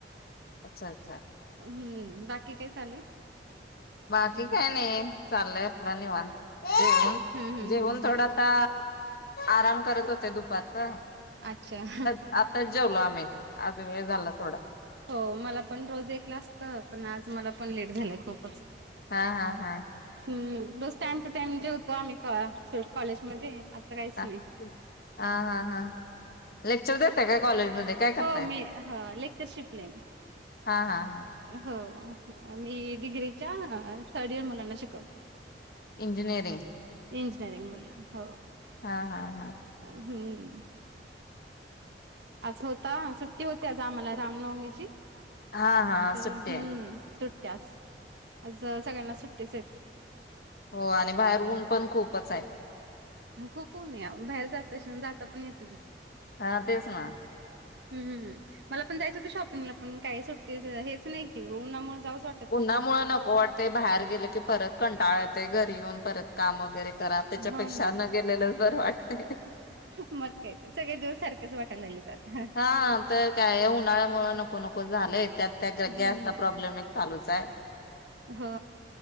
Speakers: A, on the left; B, on the right.
A: अच्छा अच्छा
B: हम्म, बाकी काय चालू?
A: बाकी
B: हम्म
A: काय नही, चाललंय आपलं निवांत, जेवन-जेवण
B: हम्म हम्म हम्म
A: थोडा आता, आराम करत होते, दुपारचा.
B: अच्छा, हं.
A: आत्ताचं जेवलो आम्ही आज वेळ झाला थोडा.
B: हो मला पण रोज एकला असतं, पण आज मला पण लेट झालं खूपचं.
A: हा हा हा.
B: हम्म रोज टाइम टू टाइम जेवतो आम्ही का सोड कॉलेजमध्ये. आता काहीच
A: ह
B: नाही
A: हा हा हा लेक्चर देताय काय कॉलेजमध्ये? काय करताय?
B: हो मी ह लेक्चरशिफ्टलाय मी.
A: हा हा हा.
B: हो मी डिग्रीच्या थर्ड इयर मुलांना शिकवते.
A: इंजिनियरिंग?
B: इंजिनियरिंग मुलं हो.
A: हा हा हा.
B: हम्म. आज होता सुट्टी होती आज आम्हाला रामनवमीची.
A: हा हा.
B: तर
A: सुट्टी
B: हम्म
A: आहे
B: सुट्ट्या आज, आज सगळ्यांना सुट्टेच आहेत.
A: हो आणि बाहेर ऊन पण खूपचंय.
B: खूप ऊन हाय आव बाहेर जातश जाता पण येत नाही.
A: हा तेच ना.
B: हम्म हम्म हम्म, मला पण जायचं होतं शॉपिंगला पण काय सुट्टीच हेच नाही कि उना मूळ जाऊच वा
A: उन्हामुळं नको वाटतंय बाहेर गेलं की परत कंटाळ येतंय घरी येऊन. परत काम वगैरे करा त्याच्यापेक्षा
B: हो ना.
A: न गेलेलंच बरं वाटतंय.
B: मग काय तर सगळे दिवस सारखेचं वाटाय लागलेत आता.
A: हा तर काय उन्हाळ्यामुळे नको नको झालंय त्यात त्या
B: हम्म
A: गॅसचा प्रॉब्लेम एक. चालुचंय.
B: हो